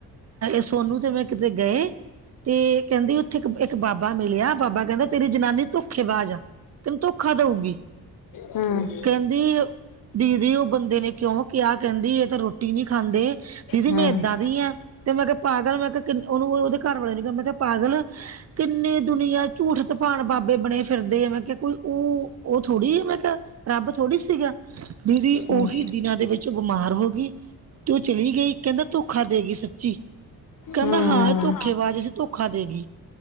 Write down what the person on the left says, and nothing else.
ਹੁੰ-ਹੁੰ।
ਹਮ ਹਮ ਹਮ
ਹਮ
ਹਮ
ਹਮ ਹਮ